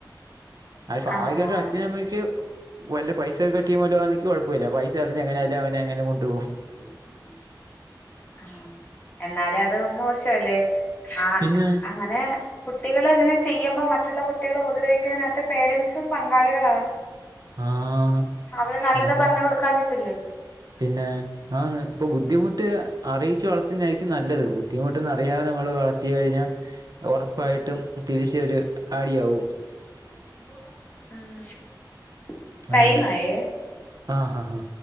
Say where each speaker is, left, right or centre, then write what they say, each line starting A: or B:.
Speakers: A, on the right (about 55°); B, on the left (about 20°).
A: അത് ഭാഗ്യണ്ടെ
B: ആഹ്
A: അച്ഛനും അമ്മക്ക് വല്ല പൈസ ഒക്കെ ടീം വല്ലോആണെങ്കി കുഴപ്പവില്ല പൈസ എറിഞ്ഞ് എങ്ങനെയായാലും അവനെങ്ങന കൊണ്ട് പോവും
B: <inaudible> ആഹ് എന്നാലും അത് മോശല്ലേ ആ
A: പിന്നെ
B: അങ്ങനെ കുട്ടികൾ ഇങ്ങനെ ചെയ്യുമ്പോ മറ്റുള്ള കുട്ടികളെ ഉപദ്രവിക്കുന്നതിനകത്ത് പേരന്റ്സും പങ്കാളികളാണ്
A: ആഹ്
B: അവര് നല്ലത്
A: അതാ
B: പറഞ്ഞു കൊടുക്കാഞ്ഞിട്ടല്ലെ
A: പിന്നെ ആന്ന് ഇപ്പൊ ബുദ്ധിമുട്ടിതാ അറിയിച്ചു വളർത്തുന്നതായിരിക്കും നല്ലത് ബുദ്ധിമുട്ടൊന്നും അറിയാതെ നമ്മള് വളർത്തി കഴിഞ്ഞാൽ ഉറപ്പായിട്ടും തിരിച്ചൊരു അടിയാവും
B: ഉം ടൈം
A: അങ്ങനെ
B: ആയേ
A: ആഹ് ഹഹാ